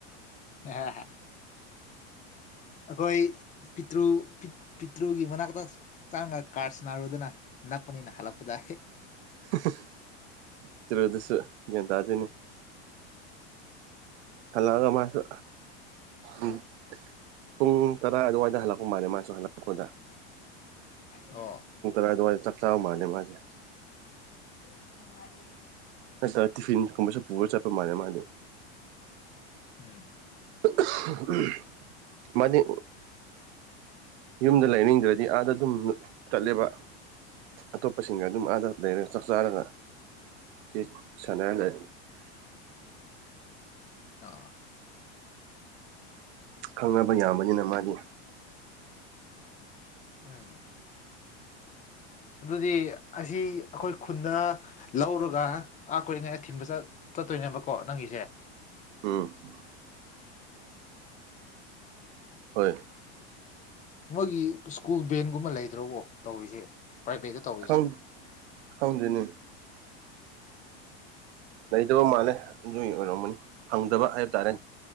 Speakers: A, on the left; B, on the right.
A: <unintelligible> ꯑꯩꯈꯣꯏ ꯄꯤꯇ꯭ꯔꯨ ꯄꯤꯇ꯭ꯔꯨꯒꯤ ꯃꯅꯥꯛꯇ ꯆꯪꯉ ꯀꯥꯔꯁ ꯅꯥꯔꯨꯗꯅ ꯅꯛꯄꯅꯤꯅ ꯍꯜꯂꯛꯄꯗꯥ
B: <unintelligible> ꯍꯜꯂꯛꯑꯒ ꯃꯥꯁꯨ ꯎꯝ ꯄꯨꯡ ꯇꯔꯥ ꯑꯗꯨꯋꯥꯏꯗ ꯍꯜꯂꯛꯄ ꯃꯥꯜꯂꯦ ꯃꯥꯁꯨ ꯍꯜꯂꯛꯄꯗꯥ
A: ꯑꯣ
B: ꯀ ꯑꯗꯨꯋꯥꯗ ꯆꯥꯛ ꯆꯥꯕ ꯃꯥꯜꯂꯦ ꯃꯥꯁꯦ
A: <unintelligible>
B: ꯑ ꯇꯤꯐꯤꯟ ꯀꯨꯝꯕꯁꯨ ꯄꯨꯔ ꯆꯠꯄ ꯃꯥꯟꯂꯦ ꯃꯥꯗꯤ
A: ꯎꯝ
B: ꯎꯝ ꯃꯥꯅꯤ ꯌꯨꯝꯗ ꯂꯩꯅꯤꯡꯗ꯭ꯔꯗꯤ ꯑꯥꯗ ꯑꯗꯨꯝ ꯆꯠꯂꯦꯕ ꯑꯇꯣꯞꯄꯁꯤꯡꯒ ꯑꯗꯨꯝ ꯑꯥꯗ ꯂꯩꯔꯒ ꯆꯥꯛ ꯆꯥꯔꯒ ꯇꯤꯠ ꯁꯥꯟꯅꯔꯒ
A: ꯑꯥ
B: ꯈꯪꯅꯕ ꯌꯥꯕꯅꯤꯅ ꯃꯥꯗꯤ
A: ꯎꯝ ꯑꯗꯨꯗꯤ ꯑꯁꯤ ꯑꯩꯈꯣꯏ ꯈꯨꯟꯗ ꯂꯧꯔꯒ ꯑꯥ ꯀꯣꯏꯔꯤꯉꯩꯗ ꯊꯤꯟꯕ ꯆꯠ ꯆꯠꯇꯣꯏꯅꯦꯕꯀꯣ ꯅꯪꯒꯤꯁꯦ
B: ꯎꯝ ꯍꯣꯏ
A: ꯃꯣꯏꯒꯤ ꯁ꯭ꯀꯨꯜ ꯕꯦꯟꯒꯨꯝꯕ ꯂꯩꯇ꯭ꯔꯕꯣ ꯇꯧꯔꯤꯁꯦ ꯄ꯭ꯔꯥꯏꯚꯦꯠꯇ ꯇꯧꯔꯤꯁꯦ
B: ꯈ ꯈꯪꯗꯦꯅꯦ ꯂꯩꯇꯕ ꯃꯥꯜꯂꯦ ꯑꯗꯨꯒꯤ ꯑꯣꯏꯔꯝꯃꯅꯤ ꯐꯪꯗꯕ ꯍꯥꯏꯕ ꯇꯥꯔꯦ